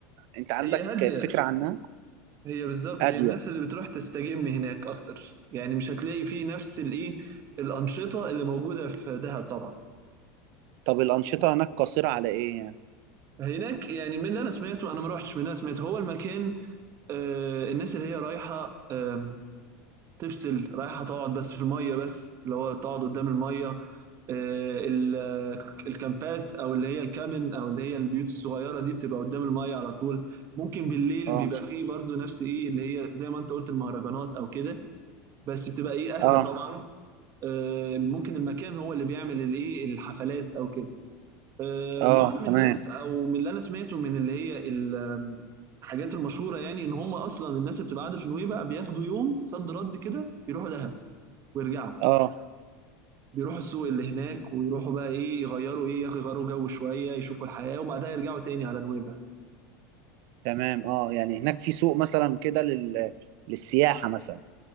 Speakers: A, on the right (about 60°); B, on the right (about 40°).
A: انت عندك
B: هي هاديه
A: فكرة عنها
B: هي بالظبط
A: هادية
B: هي الناس اللي بتروح تستجم هناك اكتر يعني مش هتلاقي فيه نفس الايه الانشطه اللي موجوده في دهب طبعا
A: طب الأنشطة هناك قاصرة على ايه يعني
B: هناك يعني من اللي انا سمعته انا ما روحتش من اللي انا سمعته هو المكان آه الناس اللي هي رايحه آه تفصل رايحه تقعد بس في الميه بس اللي هو تقعد قدام الميه آه ال- آه، الكامبات او اللي هي الكابن او اللي هي البيوت الصغيره دي بتبقى قدام الميه على طول ممكن بالليل
A: اه
B: بيبقى فيه برضو نفس ايه اللي هي زي ما انت قلت المهرجانات او كده بس بتبقى ايه اهدى
A: اه
B: طبعا آه، ممكن المكان هو اللي بيعمل الايه الحفلات او كده آه،
A: اه
B: معظم الناس
A: تمام
B: او من اللي انا سمعته من اللي هي ال- الحاجات المشهوره يعني ان هم اصلا الناس اللي بتبقى قاعده في نويبع بياخدوا يوم صد رد كده يروحوا دهب ويرجعوا
A: اه
B: بيروحوا السوق اللي هناك ويروحوا بقى ايه يغيروا ايه يغيروا جو شويه يشوفوا الحياه وبعدها يرجعوا تاني على نويبع
A: تمام اه يعني هناك في سوق مثلا كده لل... للسياحة مثلا